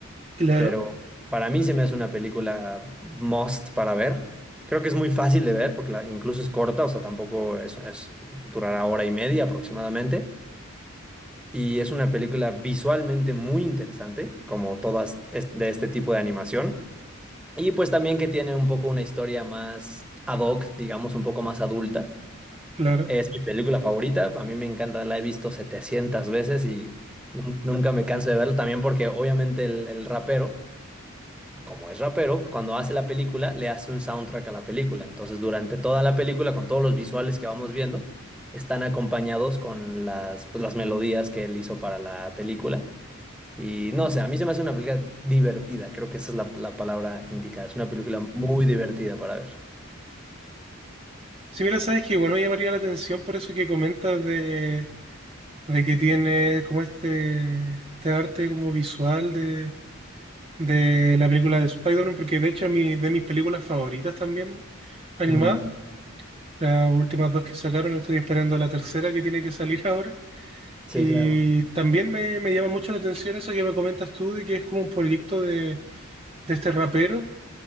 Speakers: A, on the right; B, in the centre.
A: claro,
B: pero para mí se me hace una película must para ver. Creo que es muy fácil de ver porque la- incluso es corta, o sea, tampoco es, es- durará hora y media aproximadamente. Y es una película visualmente muy interesante, como todas es- de este tipo de animación. Y pues también que tiene un poco una historia más ad hoc, digamos, un poco más adulta.
A: claro.
B: Es mi película favorita, a mí me encanta, la he visto 700 veces y nun- nunca me canso de verla, también porque obviamente el el rapero como es rapero, cuando hace la película, le hace un soundtrack a la película. Entonces, durante toda la película, con todos los visuales que vamos viendo, están acompañados con las, pues, las melodías que él hizo para la película. Y no sé, a mí se me hace una película divertida, creo que esa es la, la palabra indicada. Es una película muy divertida para ver.
A: Sí, mira, sabes que igual me llamaría la atención por eso que comentas de, de que tiene como este, este arte como visual de de la película de Spider-Man, porque de hecho mi, de mis películas favoritas también animadas,
B: Ujú,
A: las últimas dos que sacaron, estoy esperando la tercera que tiene que salir <laughs> ahora.
B: Sí,
A: Y
B: claro.
A: también me, me llama mucho la atención eso que me comentas tú, de que es como un proyecto de, de este rapero,